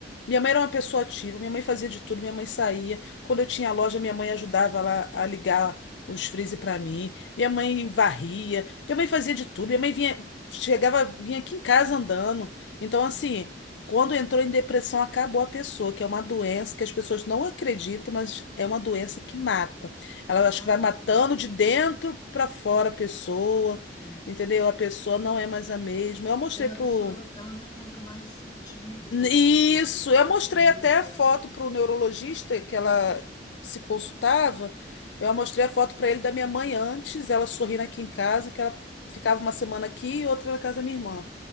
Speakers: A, on the left; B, on the left.
A: Minha mãe era uma pessoa ativa, minha mãe fazia de tudo, minha mãe saía. Quando eu tinha loja, minha mãe ajudava lá a ligar os freezer para mim. Minha mãe varria, minha mãe fazia de tudo. Minha mãe vinha, chegava, vinha aqui em casa andando. Então, assim, quando entrou em depressão, acabou a pessoa, que é uma doença que as pessoas não acreditam, mas é uma doença
B: sim.
A: que mata. Ela
B: Mata,
A: acho que vai matando
B: mata, depressão
A: de dentro
B: mata.
A: para fora a pessoa,
B: Sim.
A: entendeu? A pessoa não é mais a mesma. Eu mostrei
B: É,
A: pro
B: a pessoa ela, ela não encontra mais sentido
A: isso,
B: em algumas coisas, né?
A: eu mostrei
B: Na vida
A: até
B: dela.
A: a foto para o neurologista que ela se consultava. Eu mostrei a foto para ele da minha mãe antes, ela sorrindo aqui em casa, que ela ficava uma semana aqui e outra na casa da minha irmã.